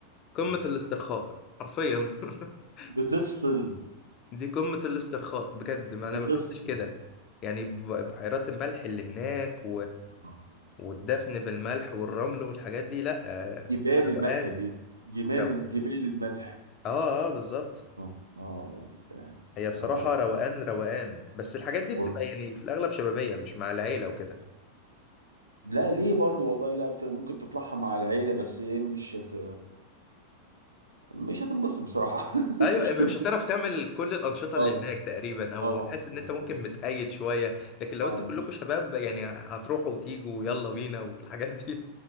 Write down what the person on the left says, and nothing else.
قمه
الاسترخاء حرفيا <laughs>
دي قمه الاسترخاء بجد ما
انا ما شفتش كده يعني ب- بحيرات الملح اللي هناك
والدفن بالملح والرمل والحاجات دي لا آه،
روقان
روقان
اه اه بالظبط
هي
بصراحة روقان روقان بس الحاجات دي بتبقى
يعني في الأغلب شبابية مش مع العيلة وكده
أيوة
يعني
مش هتعرف تعمل كل الأنشطة اللي
هناك تقريبا أو
هتحس إن
أنت ممكن متقيد شوية لكن لو
أنتوا كلكم شباب يعني هتروحوا وتيجوا ويلا بينا والحاجات دي